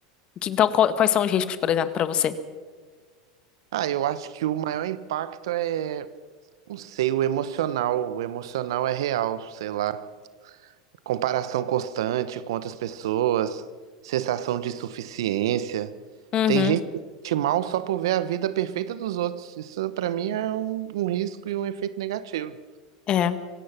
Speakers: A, on the left; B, on the right.
A: Que- Então, qual- quais são os riscos, por exemplo, pra você?
B: Ah, eu acho que o maior impacto é, não sei, o emocional. O emocional é real, sei lá. comparação constante com outras pessoas, sensação de insuficiência.
A: Uhum.
B: Tem gente que se sente mal só por ver a vida perfeita dos outros. Isso, pra mim, é um, um risco e um efeito negativo.
A: É.